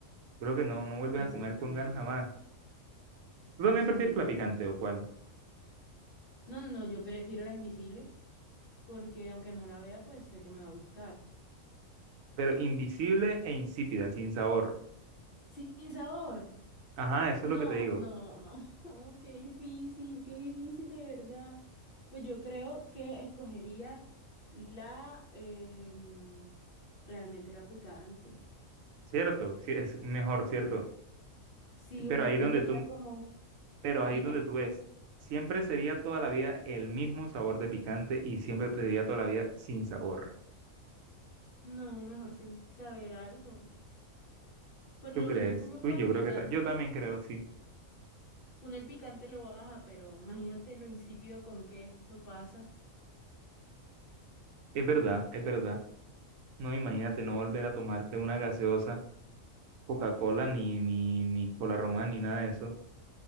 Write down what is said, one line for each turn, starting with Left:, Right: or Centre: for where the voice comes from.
Right: Creo que no, no vuelves
Left: Exactamente.
Right: a comer con ganas jamás. Tú también
Left: Sí,
Right: prefieres
Left: sí,
Right: la
Left: la
Right: picante
Left: verdad.
Right: o cuál?
Left: No, no, no, yo prefiero la invisible porque aunque no la vea, pues sé que me va a gustar.
Right: pero invisible e insípida, sin sabor.
Left: Sin sabor.
Right: Ajá, eso
Left: No,
Right: es lo que te digo.
Left: no, no. <laughs> Oh, qué difícil, qué difícil de verdad. Pues yo creo que escogería la, em, realmente la picante.
Right: Cierto, sí, es mejor, cierto.
Left: Sí,
Right: Pero
Left: uno
Right: ahí
Left: aprendería
Right: donde tú,
Left: como,
Right: Pero
Left: dime.
Right: ahí es donde tú ves, siempre sería toda la vida el mismo sabor de picante y siempre te sería toda la vida sin sabor.
Left: No, mejor sen- saber algo. Por
Right: ¿Tú
Left: lo
Right: crees?
Left: menos uno
Right: Uy,
Left: con
Right: yo
Left: el picante,
Right: creo que ta- yo también creo, sí.
Left: uno el picante lo baja, pero imagínate lo insípido con que lo pasa.
Right: Es verdad, es verdad. No, imagínate no volver a tomarte una gaseosa, Coca-Cola, ni, ni, ni Cola Román, ni nada de eso.